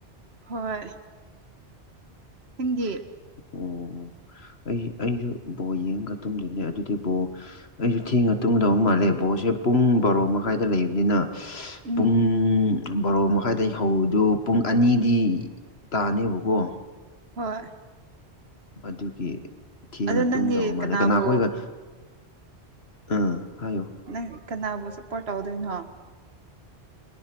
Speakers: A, on the right (about 65°); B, on the left (about 65°).
A: ꯍꯣꯏ ꯅꯪꯗꯤ
B: ꯑꯣ ꯑꯣ ꯑꯩꯖꯨ ꯑꯩꯖꯨ ꯕꯣꯜ ꯌꯦꯡꯉꯒ ꯇꯨꯝꯗꯣꯏꯅꯦ ꯑꯗꯨꯗꯤ ꯕꯣꯜ ꯑꯩꯁꯨ ꯊꯦꯡꯅ ꯇꯨꯝꯒꯗꯧ ꯃꯥꯜꯂꯦ ꯕꯣꯜꯁꯦ ꯄꯨꯡ ꯕꯥꯔꯣ ꯃꯈꯥꯏꯗ ꯂꯩꯕꯅꯤꯅ
A: ꯎꯝ
B: ꯄꯨꯡ ꯕꯥꯔꯣ ꯃꯈꯥꯏꯗꯒꯤ ꯐꯧꯗꯨꯣ ꯄꯨꯡ ꯑꯅꯤꯗꯤ ꯇꯥꯅꯦꯕꯀꯣ
A: ꯍꯣꯏ꯫
B: ꯑꯗꯨꯒꯤ ꯊꯦꯡꯅ
A: ꯑꯗꯣ ꯅꯪꯗꯤ
B: ꯇꯨꯡꯒꯗꯧ ꯃꯥꯜꯂꯦ
A: ꯀꯅꯥꯕꯨ
B: ꯀꯅꯥꯈꯣꯏꯒ꯫ ꯑꯝ ꯍꯥꯏꯌꯨ
A: ꯅꯪ ꯀꯅꯥꯕꯨ ꯁꯞꯄꯣꯔꯠ ꯇꯧꯗꯣꯏꯅꯣ꯫